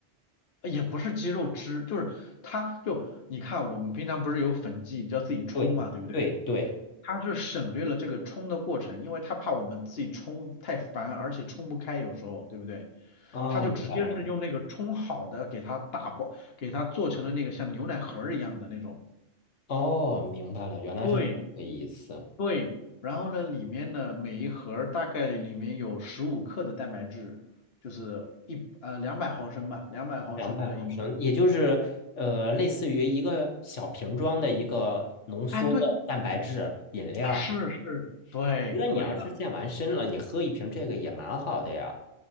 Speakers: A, on the left (about 60°); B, on the left (about 85°).
A: 呃也不是鸡肉汁，就是它就你看，我们平常不是有粉剂，你要自己冲嘛，
B: 对对对，
A: 对不对？它是省略了这个冲的过程，因为它怕我们自己冲太烦，而且冲不开，有时候，对不对？
B: 啊，
A: 它就直接是用那个冲好的给它打包，
B: 明白了，
A: 给它做成了那个像牛奶盒儿一样的那种。
B: 哦，明白了，原来是这个意思，
A: 对对，然后呢，里面呢每一盒儿大概里面有十五克的蛋白质，就是一呃两百毫升吧，两百毫升的饮料。
B: 两百毫升，也就是呃，类似于一个小瓶装的一个浓缩的蛋白质饮料。
A: 哎，对，是是，对对的，
B: 觉得你要是健完身了，你喝一瓶这个也蛮好的呀。